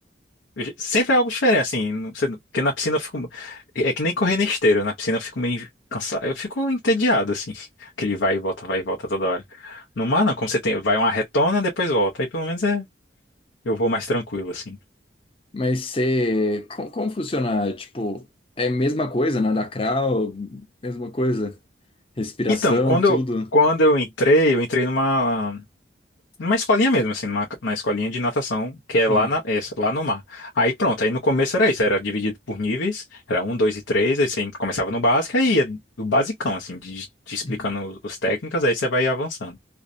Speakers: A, on the left; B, on the left.
A: aí sempre é algo diferente, assim, não- você- porque na piscina eu fico. É que nem correr na esteira, na piscina eu fico meio cansado, eu fico entediado, assim, <laughs> aquele vai e volta, vai e volta toda hora. No mar, não, como você tem, vai uma retona, depois volta. Aí pelo menos é, eu vou mais tranquilo, assim.
B: Mas você. co- Como, funciona? Tipo, é a mesma coisa, nada crawl, mesma coisa. Respiração,
A: Então, quando
B: tudo.
A: eu, quando eu entrei, eu entrei numa, numa escolinha mesmo, assim, numa, na escolinha de natação, que é
B: Ah,
A: lá, na, essa, lá no mar. Aí pronto, aí no começo era isso, era dividido por níveis, era um, dois e três, aí você começava no básico, aí ia do basicão, assim, de, te explicando
B: Uhum.
A: os técnicas, aí você vai avançando.